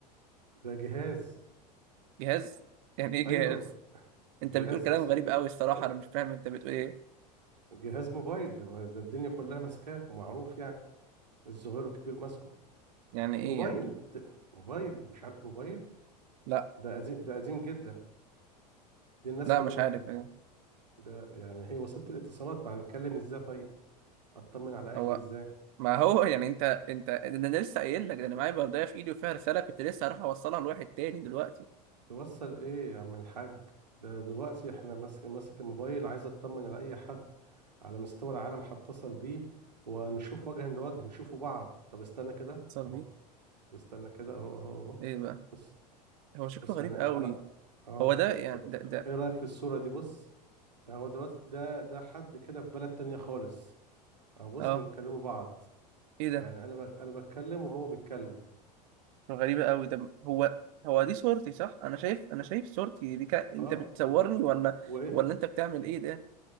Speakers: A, on the right; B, on the right.
A: ده جهاز
B: جهاز يعني ايه
A: ايوه
B: جهاز انت
A: جهاز
B: بتقول كلام
A: اس...
B: غريب
A: إيه-
B: قوي الصراحة
A: إيه-
B: انا مش فاهم انت بتقول ايه
A: جهاز موبايل ده, ما- ده الدنيا كلها ماسكاه معروف يعني الصغير والكبير ماسكه
B: يعني ايه
A: موبايل
B: يعني
A: ت- موبايل مش عارف موبايل
B: لا
A: ده قديم ده قديم جدا دي الناس
B: لا
A: كلها
B: مش
A: بت...
B: عارف يعني.
A: ده يعني هي وسيلة الاتصالات ما هنتكلم ازاي طيب اطمن على اهلي
B: هو
A: ازاي
B: ما هو يعني انت انت ده انا لسه قايل لك ده انا معايا بردايه في ايدي وفيها رساله كنت لسه هروح اوصلها لواحد تاني دلوقتي
A: توصل ايه يا عم الحاج ده دلوقتي احنا ماسك ماسك الموبايل عايز اطمن على اي حد على مستوى العالم هتصل بيه ونشوف وجها لوجه نشوفوا بعض طب استنى كده
B: اتصل
A: اهو
B: بيه
A: واستنى كده اهو اهو اهو
B: ايه بقى
A: بص
B: هو شكله
A: بص
B: غريب
A: انا
B: قوي
A: انا اه
B: هو ده يعني
A: طب
B: ده ده
A: ايه رأيك في الصورة دي بص هو دلوقتي ده ده حد كده في بلد تانية خالص اهو بص
B: اه
A: بنكلموا بعض
B: ايه ده
A: يعني انا ب... انا بتكلم وهو بيتكلم
B: غريبة قوي ده هو هو دي صورتي صح انا شايف انا شايف صورتي دي كا... انت
A: اه
B: بتصورني
A: و...
B: ولا
A: وايه
B: ولا انت بتعمل ايه ده